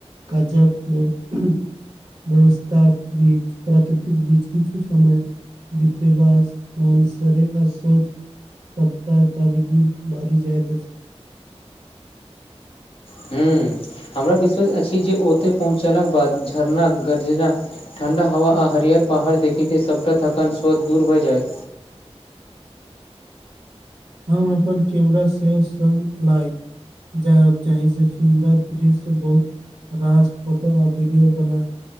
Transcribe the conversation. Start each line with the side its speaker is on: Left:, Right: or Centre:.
Right: काजकेँ व्यवस्था बीज, प्राकृतिक बीज, किछु समय नित्य-नियमसँ शरीर आ स्वच्छता। सप्ताह ताजगीसँ भरि जाइत अछि।
Left: ह, हमरा विश्वास अछि, जे ओतय पहुँचलाक बाद झरना गर्जना। ठण्डा हवा, आ हरियर पहाड़ देखैत, सभटा थकान स्वोत दूर भऽ जायत।
Right: हम अपन कैमरा सेहो संग लैब। जा जहिसे सुन्दर दृश्य बहुत। रास फोटो आर वीडियो बना